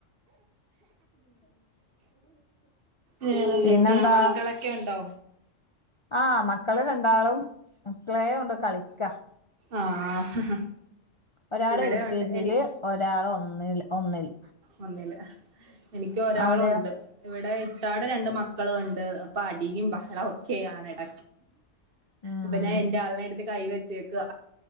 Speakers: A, on the right; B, on the left.
A: വേറെന്തൊക്കെയാ
B: പിന്നെന്താ
A: മക്കളെക്കെ ഉണ്ടോ
B: ആ മക്കള് രണ്ടാളും ക്ലെ കൊണ്ട് കളിക്കാ
A: ആഹ്
B: ഒരാള്
A: ഇവിടെ
B: എൽ
A: ഉണ്ട്
B: കെ ജി
A: എനി
B: യില് ഒരാൾ ഒന്നില് ഒന്നില്
A: വന്നില്ലേ എനിക്ക് ഒരാളുണ്ട്
B: അവിടെയോ
A: ഇവിടെ ഇത്താടെ രണ്ട് മക്കള ഉണ്ട് അപ്പൊ അടിയും ബഹളം ഓക്കെ ആണ് എട
B: ഉം
A: അപ്പൊ ഞാൻ എന്റെ ആൾനെ എടുത്ത് കൈ വെച്ചേക്കാ